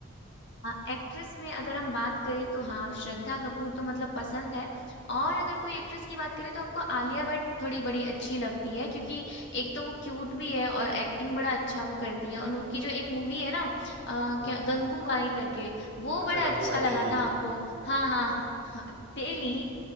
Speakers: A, on the left; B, on the right.
A: हाँ एक्ट्रेस में अगर हम बात करें तो हाँ श्रद्धा कपूर तो मतलब पसंद है और अगर कोई एक्ट्रेस की बात करें तो हमको आलिया भट्ट थोड़ी बड़ी अच्छी लगती है क्योंकि एक तो वो क्यूट भी है और एक्टिंग बड़ा अच्छा वो करती है और उनकी जो एक मूवी है ना आ,
B: <laughs>
A: क्या गंगूबाई करके वो बड़ा
B: अच्छा गंगूबाई
A: अच्छा लगा
B: तेली
A: था हमको हाँ हाँ हाँ, तेली